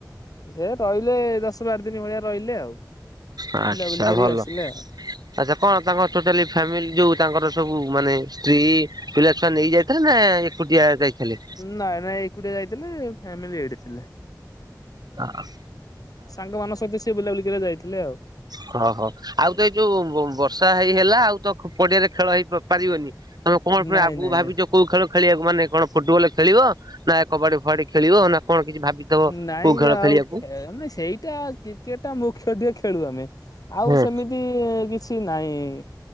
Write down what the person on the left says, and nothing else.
ସେ ରହିଲେ, ଦଶ ବାର ଦିନ ଭଳିଆ ରହିଲେ ଆଉ।
ବୁଲାବୁଲି କରି
ଆସିଲେ
ଆଉ।
ନାଇଁ ନାଇଁ ଏକୁଟିଆ ଯାଇଥିଲେ ଫ୍ୟାମିଲି ଏଇଠି ଥିଲେ।
ସାଙ୍ଗମାନଙ୍କ ସହିତ ସେ, ବୁଲା ବୁଲିକରିବାକୁ ଯାଇଥିଲେ ଆଉ।
ନାଇଁ
ନାଇଁ
ନାଇଁ।
ନାଇଁ
ଆଉ
ସେଇଟା ଜି କେଟା ମୁଖ୍ୟ ଟିଏ ଖେଳୁ ଆମେ ଆଉ
ସେମିତି କିଛି ନାଇଁ।